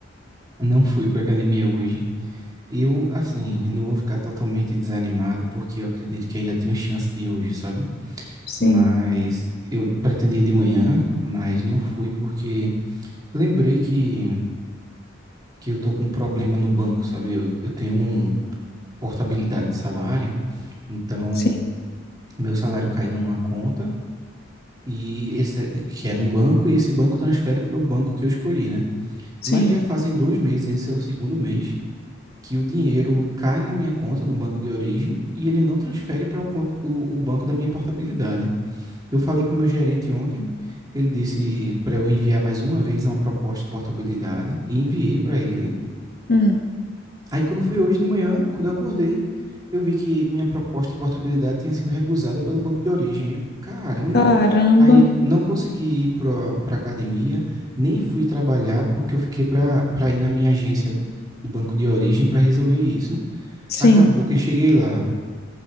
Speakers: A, on the right (about 20°); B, on the left (about 55°).
A: Não fui pra academia hoje. Eu, assim, não vou ficar totalmente desanimado, porque eu acredito que ainda tenho chance de hoje, sabe?
B: Sim,
A: Mas eu pretendia ir de manhã, mas não fui porque lembrei que, que eu tô com um problema no banco, sabe? Eu, eu tenho um portabilidade de salário, então
B: sim,
A: meu salário cai numa conta. e esse é, que é num banco e esse banco transfere para o banco que eu escolhi, né?
B: sim.
A: Mas já fazem dois meses, esse é o segundo mês, que o dinheiro cai na minha conta no banco de origem e ele não transfere para o, o, banco da minha portabilidade. Eu falei com o meu gerente ontem, ele disse para eu enviar mais uma vez uma proposta de portabilidade e enviei para ele.
B: Hum,
A: Aí quando foi hoje de manhã, quando eu acordei, eu vi que minha proposta de portabilidade tinha sido recusada pelo banco de origem. Aí Eu, caramba!
B: caramba,
A: Aí não consegui ir para a academia, nem fui trabalhar, porque eu fiquei para para ir na minha agência do banco de origem para resolver isso.
B: sim.
A: Acabou que eu cheguei lá.